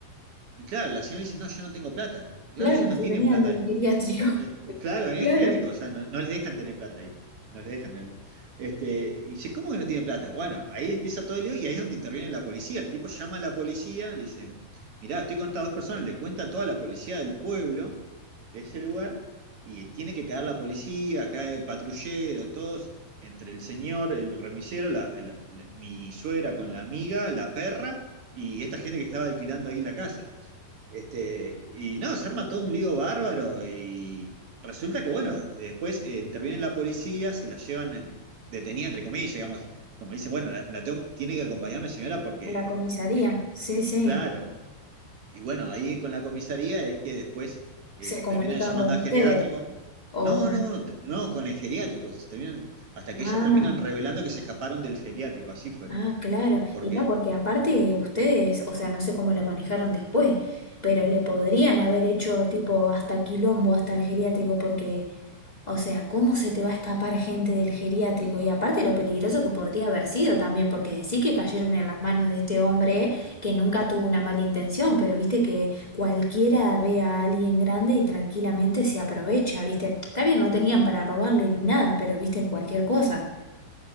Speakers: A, on the right; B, on the left.
A: Y claro, la señora dice, no, yo no tengo plata. Y claro,
B: Claro,
A: ellos no
B: sí,
A: tienen
B: venían
A: plata.
B: del geriátrico,
A: Eh, claro,
B: <laughs>
A: venían
B: claro,
A: geriátricos, o sea, no, no les dejan tener plata ahí. No les dejan tener plata. Este, y dice, ¿cómo que no tienen plata? Bueno, ahí empieza todo el lío y ahí es donde interviene la policía. El tipo llama a la policía, le dice, mirá, estoy con estas dos personas, le cuenta a toda la policía del pueblo, de ese lugar, y tiene que caer la policía, cae el patrullero, todos, entre el señor, el remisero, la- la- la- mi suegra con la amiga, la perra, y esta gente que estaba alquilando ahí la casa. Este, y no, se arma todo un lío bárbaro y resulta que, bueno, después eh, interviene la policía, se la llevan en- detenida, entre comillas, digamos, como dice, bueno, la, la tengo- tiene que acompañarme señora porque,
B: a la comisaría,
A: eh,
B: sí, sí,
A: claro, y bueno, ahí con la comisaría es que después eh,
B: se comunican
A: terminan llamando
B: con
A: al
B: ustedes
A: geriátrico.
B: o
A: No,
B: con...
A: no, te- no, con el geriátrico, se terminan, hasta que
B: Ah.
A: ellas terminan revelando que se escaparon del geriátrico, así fue.
B: Ah, claro.
A: Porque
B: Y no, porque aparte ustedes, o sea, no sé cómo lo manejaron después, pero le podrían haber hecho tipo hasta quilombo, hasta el geriátrico, porque, o sea, ¿cómo se te va a escapar gente del geriátrico? Y aparte lo peligroso que podría haber sido también, porque decir que cayeron en las manos de este hombre que nunca tuvo una mala intención, pero viste que cualquiera ve a alguien grande y tranquilamente se aprovecha, viste. Está bien, no tenían para robarle ni nada, pero viste en cualquier cosa.